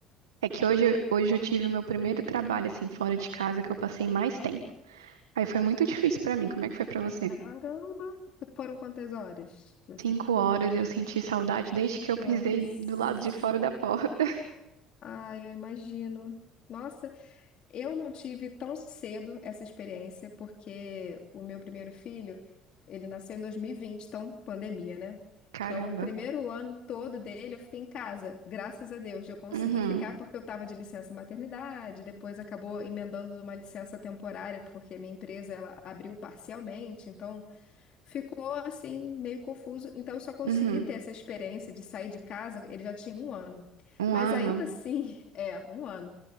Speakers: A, on the right; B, on the left.
A: É que hoje, hoje eu tive o meu primeiro trabalho, assim, fora de casa, que eu passei mais tempo. Aí foi muito difícil pra mim. Como é que foi pra você?
B: Caramba! Foram quantas horas que você
A: Cinco
B: ficou?
A: horas, eu senti saudade desde que eu pisei
B: Nossa!
A: do lado de fora da porta.
B: Ai, eu imagino. Nossa, Eu não tive tão cedo essa experiência, porque o meu primeiro filho, ele nasceu em 2020, então pandemia, né?
A: <laughs> Caramba.
B: Então, o primeiro ano todo dele eu fiquei em casa. Graças a Deus, eu consegui
A: Uhum,
B: ficar porque eu estava de licença maternidade, depois acabou emendando uma licença temporária, porque minha empresa ela abriu parcialmente, então ficou assim meio confuso. Então, eu só consegui
A: uhum.
B: ter essa experiência de sair de casa, ele já tinha um ano.
A: Um
B: Mas
A: ano.
B: ainda assim, <laughs> é, um ano.